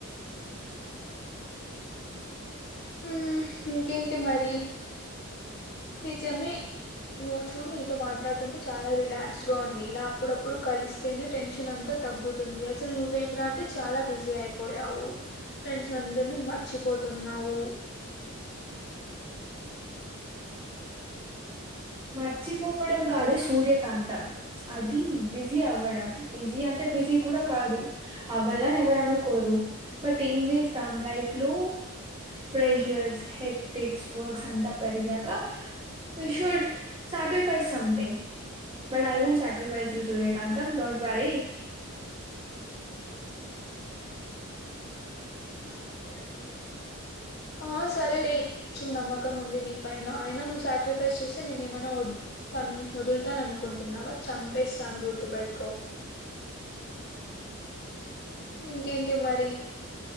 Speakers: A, on the left; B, on the right.
A: um ఇంకేంటి మరి నిజమే నువ్వు చూడు నీతో మాట్లాడుతుంటే చాలా రిలాక్స్డ్ గా ఉంది ఇలా అప్పుడప్పుడు కలిస్తేనే టెన్షన్ అంతా తగ్గుతుంది అసలు నువ్వేమి రా అంటే చాలా బిజీ అయిపోయావు ఫ్రెండ్స్ అసలు అందరినీ మర్చిపోతున్నావు
B: మర్చిపోవడం కాదే సూర్యకాంతం అది బిజీ అవ్వడం బిజీ అంటే బిజీ కూడా కాదు అవలని ఎవరు అనుకోరు బట్ ఏం చేస్తాం లైఫ్ లో ప్రెషర్స్ హెక్టిక్స్ వర్క్స్ అంతా పెరిగాక wish you at sacrifice something but I want sacrifice you Suryakantham don't worry
A: వాకు లేదు ఆ సర్లే చూడ్ నమ్మక ముంది నీ పైన్ ఆయనా నువ్వు సాక్రిఫైస్ చేస్ నా తే నేను ఏమైనా వద్ తాన్ వదులుతాను అనుకుంటున్నావా చంపేస్తాను గుర్తు పెెట్టుకో ఇంకేంటి టి మరి